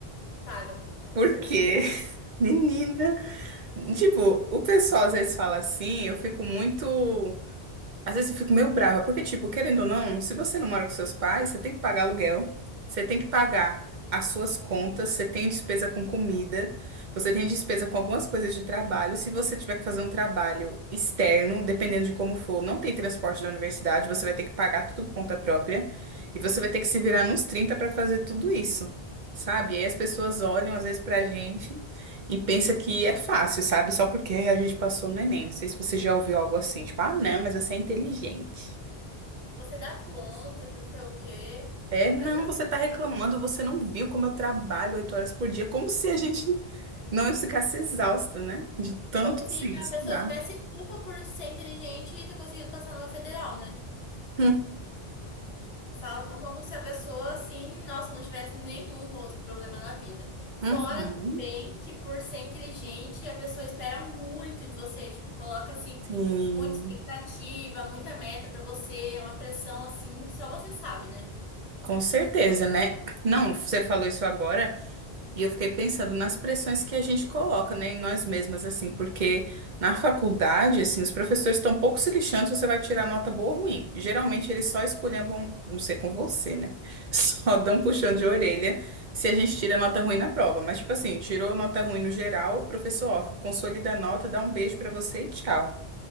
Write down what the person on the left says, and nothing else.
Paga, com
certeza.
Você dá conta,
que não sei o quê,
mas não
sei.
como se
a
pessoa tivesse culpa por ser inteligente e ter conseguido passar numa federal, né?
Falam como se a pessoa, assim, nossa, não tivesse nenhum outro problema na vida. Fora
também que, por ser inteligente, a pessoa espera muito de você. Tipo, coloca, assim,
muita expectativa, muita meta pra você. É uma pressão, assim, que só você sabe, né?